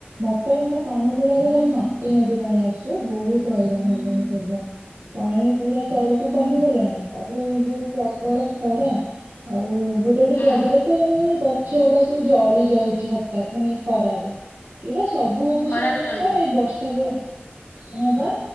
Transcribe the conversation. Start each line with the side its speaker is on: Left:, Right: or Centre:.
Right: ମଟର ରେ ହେଲେ ପାଣି ଉଠେଇଲା ବେଳେ ଖାଲି ମାଟି ମାଟି ପାଣି ଆସୁ ବୋହୁତ ହଇରାଣ ହେଲୁଣି ସେପାଇଁ ପାଣି ପୁରା ତଳୁକୁ କମିଗଲାଣି। ତାପରେ ଏଇ ଯୋଉ ପ୍ରବଳ ଖରା ଆଉ ଗୋଟେ ଗୋଟେ
Left: ହୁଁ
Right: ଜାଗାରେ ତ ମାନେ ପୁରା ଗ ଗଛଗୁଡା ସବୁ ଜଳି ଯାଉଚି ହଠାତ୍ ମାନେ ଏଇ ଖରାରୁ ଏଗୁଡା ସ ସବୁ ହୋଉଛି
Left: ଖରାରେ
Right: ମାନେ
Left: ଜଳି
Right: କଣ
Left: ଯାଉଛି
Right: ଏଇ ବର୍ଷା ପାଇଁ ହୋଉଚି ପା ହଁ ପା